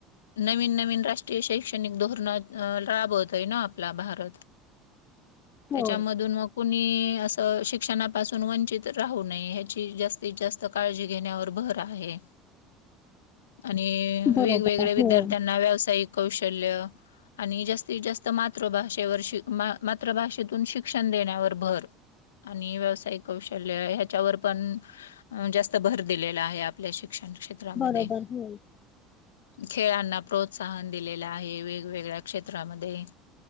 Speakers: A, on the left; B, on the left.
A: नवीन नवीन राष्ट्रीय शैक्षणिक धोरणा राबवतोय ना आपला भारत.
B: होय
A: त्याच्यामधून मग कुणी असं शिक्षणापासून वंचित राहू नये ह्याची जास्तीत जास्त काळजी घेण्यावर भर आहे. आणि वेगवेगळ्या
B: बरोबर
A: विद्यार्थ्यांना
B: हो
A: व्यावसायिक कौशल्य आणि जास्तीत जास्त मातृभाषेवर शिक मा मातृभाषेतून शिक्षण देण्यावर भर. आणि व्यावसायिक कौशल्य. कौशल्य हच्यावर पण जास्त भर दिलेला आहे. आपल्या शिक्षण क्षेत् त्रामध्ये.
B: बरोबर होय
A: खेळांना प्रोत्साहन दिलेलं आहे वेगवेगळ्या क्षेत्रामध्ये.